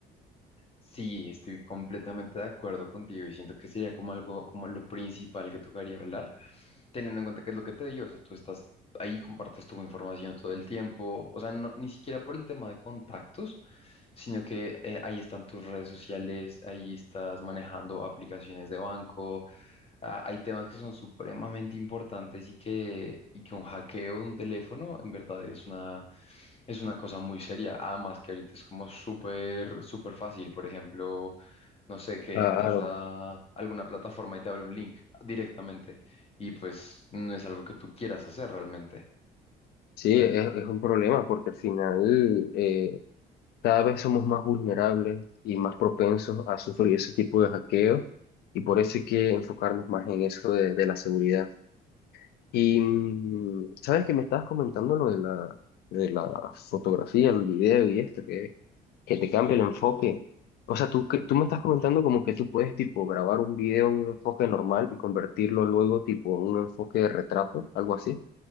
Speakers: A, on the left (about 35°); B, on the left (about 70°).
A: Sí, estoy completamente de acuerdo contigo y siento que sería como algo, como lo principal que tocaría hablar, teniendo en cuenta que es lo que te digo, o sea, tú estás ahí, compartes tu información todo el tiempo, o sea, no- ni siquiera por el tema de contactos, sino que eh, ahí están tus redes sociales, ahí estás manejando aplicaciones de banco Ah, hay temas que son supremamente importantes y que, y que un hackeo de un teléfono en verdad es una, es una cosa muy seria. Además que ahorita es como súper, súper fácil. Por ejemplo, no sé, que
B: Claro,
A: entras a alguna plataforma y te abre un link directamente y pues no es algo que tú quieras hacer realmente.
B: sí, es, es un problema porque al final eh, cada vez somos más vulnerables y más propensos a sufrir ese tipo de hackeo y por eso hay que enfocarnos más en eso de de la seguridad. Y mm, sabes que me estabas comentando lo de la, de la fotografía, el video y esto, que, que te cambia el enfoque. O sea, tú, que- tú me estás comentando como que tú puedes tipo grabar un video en un enfoque normal y convertirlo luego tipo en un enfoque de retrato, algo así,